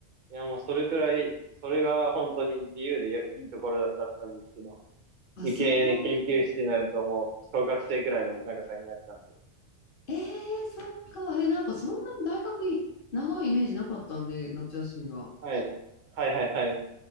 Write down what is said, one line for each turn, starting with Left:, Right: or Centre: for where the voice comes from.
Right: いや、もうそれくらい、それが本当に自由でよいいところだだったんですけど、
Left: あ、
Right: 理系に研究室になるともう小学生くらいの長さになっちゃって。
Left: そう。えー、そっか。えー、なんかそんなに大学い長いイメージなかったんで、夏休みが。
Right: はい。はいはいはい。